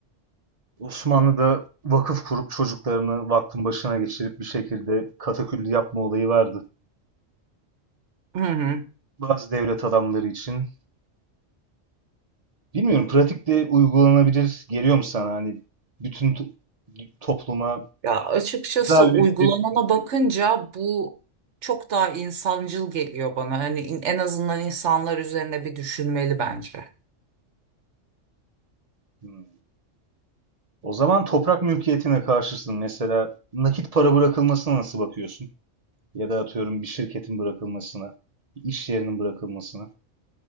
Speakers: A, on the right; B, on the right.
A: Osmanlı'da vakıf kurup çocuklarını vakfın başına geçirip bir şekilde kataküllü yapma olayı vardı.
B: Hı hı.
A: Bazı devlet adamları için. Bilmiyorum pratikte uygulanabilir geliyor mu sana? Hani bütün to- topluma
B: Ya açıkçası
A: daha üretilebilir
B: uygulanana
A: mi?
B: bakınca bu çok daha insancıl geliyor bana. Hani in- en azından insanlar üzerine bir düşünmeli bence.
A: Hmm. O zaman toprak mülkiyetine karşısın. Mesela nakit para bırakılmasına nasıl bakıyorsun? Ya da atıyorum bir şirketin bırakılmasına, bir iş yerinin bırakılmasına.